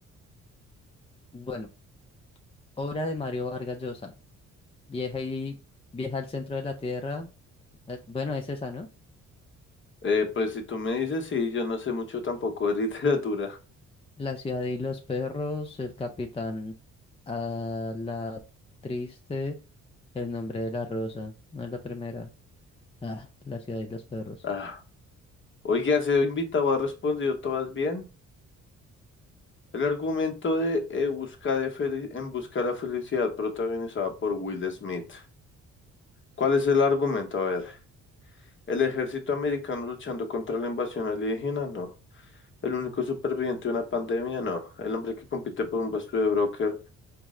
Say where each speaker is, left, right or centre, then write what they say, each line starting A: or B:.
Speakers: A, on the left (about 20°); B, on the left (about 40°).
A: Bueno, obra de Mario Vargas Llosa. Vieja y vieja al centro de la tierra. eh, Bueno, es esa, ¿no?
B: Eh, pues si tú me dices, sí, yo no sé mucho tampoco de literatura. <laughs>
A: La ciudad y los perros, el capitán, a la triste, el nombre de la rosa. No es la primera. Ah, la ciudad y los perros.
B: Ah, oye, ese invitado ha respondido todas bien. El argumento de eh, busca de Fel- En busca de la felicidad, protagonizada por Will Smith. ¿Cuál es el argumento? A ver, ¿el ejército americano luchando contra la invasión alienígena? No. ¿El único superviviente de una pandemia? No. ¿El hombre que compite por un puesto de broker?